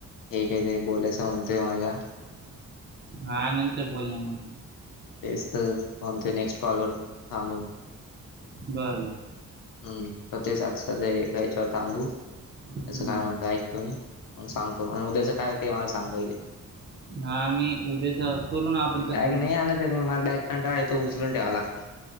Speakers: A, on the left; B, on the right.
A: हे काही तरी बोलायचं म्हणतोय मला
B: हा नंतर बोल ना मग
A: तेच तर कोणत्या नेक्स्ट कॉल वर थांबून
B: बर बर
A: हम् तर तेच आज सध्या एका याच्यावर थांबू
B: हम्म.
A: त्यांच काय म्हणताय ऐक तुम्ही मग सांगतो आणि उद्याचं काय ते मला सांग पहिले.
B: हा मी उद्याचा करू ना आपण तसं
A: बॅग
B: मंग
A: नाही आणत तर म मला बॅक कंटाळा येतो, उचलून ठेवा लागती